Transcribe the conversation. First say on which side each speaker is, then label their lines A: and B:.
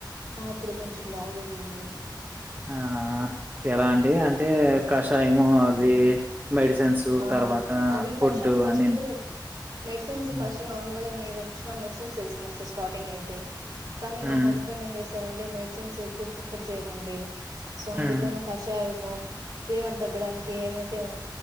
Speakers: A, on the right; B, on the right.
A: ఆ అప్పుడు కొంచెం బాగుందండి
B: ఆ ఎలా అండి అంటే కషాయము అవి మెడిసిన్స్
A: ఆ
B: తర్వాత
A: అది
B: ఫుడ్డు
A: కష ఫస్ట్
B: అని
A: మెడిసిన్స్
B: హ్మ్.
A: ఫస్ట్ నార్మల్ గనే నువ్వు యిచ్చిన మెడిసిన్స్ ఏసిన స్టాటింగ్ అయితే కానీ
B: హ్మ్.
A: మా హస్బెండ్ ఏం చేస్ నండి మెడిసిన్స్ ఎక్కువ ప్రిఫర్ చేయరండి సో అందుకని
B: హ్మ్
A: కషాయము ఫీవర్ తగ్గడానికి ఏమైతే ఉం